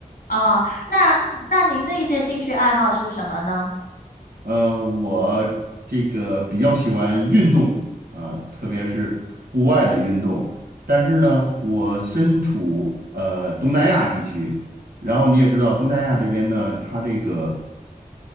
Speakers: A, on the left; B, on the right.
A: 啊。那那您的一些兴趣爱好是什么呢？
B: 呃，我这个比较喜欢运动啊，特别是户外的运动。但是呢，我身处呃东南亚地区，然后你也知道东南亚这边呢，它这个。